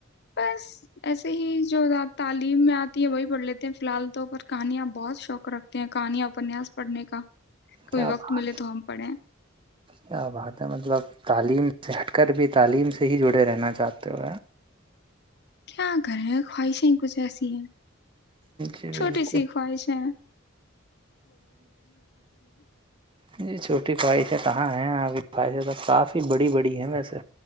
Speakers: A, on the left; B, on the right.
A: بس ایسے ہی جوات تعلیم میں آتی ہے وہی پڑھ لیتے ہیں فی الحال تو اوپر کہانیاں بہت شوق رکھتے ہیں کہانیاں اپنیاس پڑھنے کا کبھی
B: کیا
A: وقت
B: بات
A: ملے تو ہم پڑھیں
B: کیا بات ہے مطلب تعلیم سے ہٹ کر بھی تعلیم سے ہی جڑے رہنا چاہتے ہو
A: کیا کریں خواہشیں کچھ ایسی ہیں
B: جی
A: چھوٹی
B: بالکل
A: سی خوا ہش ہے
B: جی چھوٹی بھائی تھے کہاں ہیں ابھی <inaudible> خواہش کافی بڑی بڑی ہے ویسے